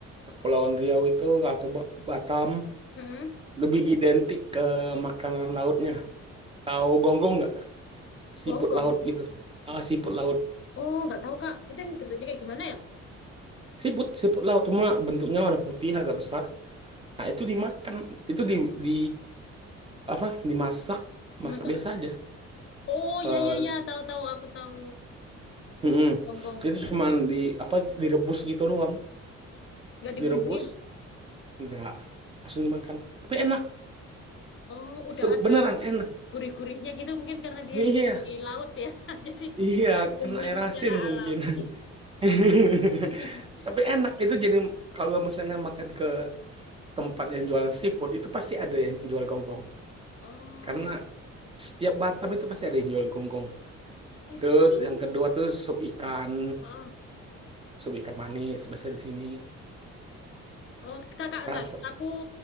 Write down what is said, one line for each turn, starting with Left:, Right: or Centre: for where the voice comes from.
Right: Kepulauan Riau itu atau Ba- Batam
Left: mhm,
Right: lebih identik ke makanan lautnya tahu gonggong nggak? siput
Left: gonggong.
Right: laut gitu. Ah, siput laut.
Left: Oh, nggak tahu Kak. Itu yang bentuknya kayak gimana ya?
Right: Siput, siput laut cuma bentuknya warna putih agak besar. Nah, itu dimakan, itu di di apa? Dimasak,
Left: Dimasak
Right: masak biasa
Left: apa?
Right: aja.
Left: Oh,
Right: Eh,
Left: ya ya ya, tahu tahu aku tahu.
Right: mm-mm.
Left: Gonggong gonggong.
Right: Itu cuma di apa direbus gitu doang.
Left: Nggak dibumbuin.
Right: Direbus, enggak langsung dimakan. Tapi enak,
Left: Oh, udah
Right: Se-
Left: ada
Right: beneran enak.
Left: gurih-gurihnya gitu mungkin karena dia
Right: Iya,
Left: hidup di laut ya. <laughs> Jadi
Right: iya,
Left: udah dibumbuin
Right: kena air
Left: secara
Right: asin mungkin.
Left: alami.
Right: <laughs>
Left: <laughs>
Right: Tapi enak, itu jadi kalau misalnya makan ke tempat yang jualan seafood, itu pasti ada yang jual gonggong.
Left: Oh,
Right: Karena Setiap Batam itu pasti ada yang jual gonggong.
Left: it-
Right: Terus
Left: itu.
Right: yang kedua tuh sup ikan,
Left: Oh,
Right: sup ikan manis biasa di sini.
Left: oh, kakak
Right: Rasa,
Left: ntar, aku
Right: <clears throat>